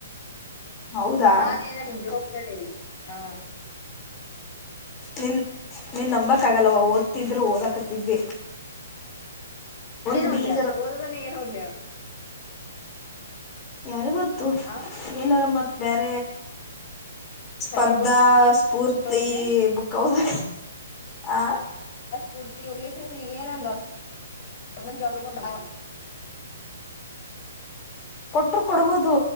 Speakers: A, on the left (about 25°); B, on the left (about 45°).
A: ಹೌದಾ
B: ನಾನೇ ಏನ <unintelligible> ದ ಡೇ ಹಾ
A: ನಿನ್ ನೀನ್ ನಂಬಕ್ ಆಗಲವ್ವಾ ಓದ್ತಿದ್ರು ಓದಾಕತಿದ್ದೆ
B: ಏನ್
A: ಬಿಡಿ
B: ಓದ್ಲಿ
A: ಈಗರ
B: ಹೇಳ ಓದೋದನ್ನೇ ಏನ್ ಓದ್ಲಿ ಹೇಳು
A: ಯಾರಿಗ್ ಗೊತ್ ತು
B: ಆ
A: ಏನಾರ ಮ ಬೇರೆ ಸ್ಪರ್ಧಾ
B: ಕತೆಗಳು
A: ಸ್ಫೂರ್ತಿ
B: ಓದ್ಲೆ
A: ಬುಕ್ ಹದ ಆ
B: ಫೂರ್ತಿ ಹುಡ್ಗನ್ ಈಗ ಏನನ್ ಗರ್ಮೆಂಟ್ ಜಾಬುಗಳೂಗು
A: ಕೊಟ್ರು ಕೊಡ್ಬೋದು